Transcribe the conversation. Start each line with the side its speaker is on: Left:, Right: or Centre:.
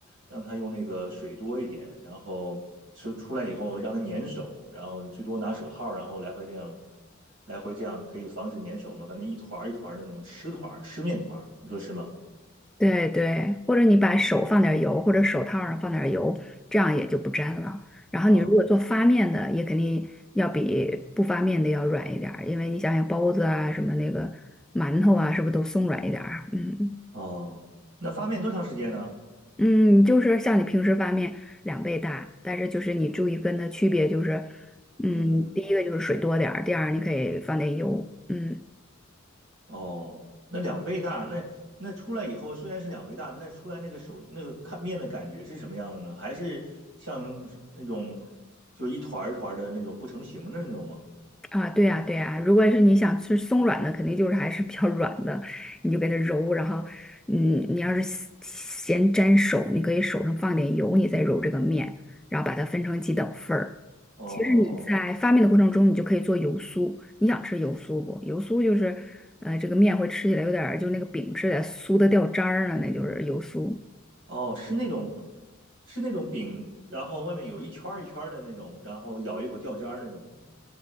Right: 让它用那个水多一点，然后吃出来以后让它粘手，然后最多拿手套，然后来回这样来回这样可以防止粘手嘛。反正一团儿一团儿那种湿团儿、湿面团儿，你说是吗？
Centre: 对对，或者你把手放点儿油，或者手套上放点儿油，这样也就不粘了。然后你如果做发面的，
Right: 哦
Centre: 也肯定要比不发面的要软一点儿因为你想想包子啊，什么那个馒头啊，是不是都松软一点儿？嗯
Right: 哦，那发面多长时间呢？
Centre: 嗯，就是像你平时发面两倍大，但是就是你注意跟它区别就是，嗯，
Right: 嗯，
Centre: 第一个就是水多点儿，第二你可以放点油，嗯。
Right: 哦，那两倍大，那那出来以后虽然是两倍大，那出来那个手那个看面的感觉是什么样的呢？还是像是那种就一团儿一团儿的那种不成形的那种吗？
Centre: 啊，对呀，对呀，如果是你想吃松软的，肯定就是还是比较软的，你就给它揉，然后，嗯，你要是嫌嫌粘手，你可以手上放点油，你再揉这个面，然后把它分成几等份儿。
Right: 哦哦
Centre: 其实你在发面的过程中，你就可以做油酥。你想吃油酥不？油酥就是，呃，这个面会吃起来有点儿就那个饼吃起来酥的掉渣儿了，那就是油酥。
Right: 哦，是那种是那种饼，然后外面有一圈儿一圈儿的那种，然后咬一口掉渣儿那种